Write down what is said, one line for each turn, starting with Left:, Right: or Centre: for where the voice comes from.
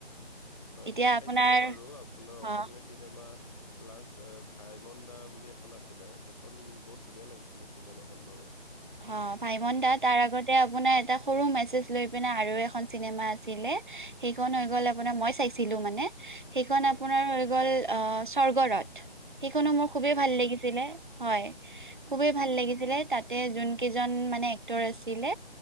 Left: হয়
Right: এতিয়া
Left: মই চাইছিলো
Right: আপোনাৰ
Left: বাৰু আপোনাৰ অসমীয়া
Right: অ
Left: চিনেমা লাষ্ট এ ভাইমন দা বুলি এখন আছিলে সেইখন বহুত ধুনীয়া লাগিছিলে চিনেমাখন বাৰু।
Right: অ ভাইমন দা
Left: উম,
Right: তাৰ আগত আপোনাৰ এটা সৰু মেছেজ লৈ পিনে আৰু এখন চিনেমা আছিলে সেইখন হৈ গ'ল আপোনাৰ মই চাইছিলো মানে সেইখন
Left: হয়।
Right: আপোনাৰ হৈ গ'ল অ স্বৰ্গ ৰথ। সেইখনো মোৰ খুবেই
Left: স্বৰ্গদেউ
Right: ভাল লাগিছিলে। হয়
Left: আচ্ছা,
Right: খুবেই ভাল লাগিছিলে তাত যোন কেইজন মানে এক্টৰ আছিলে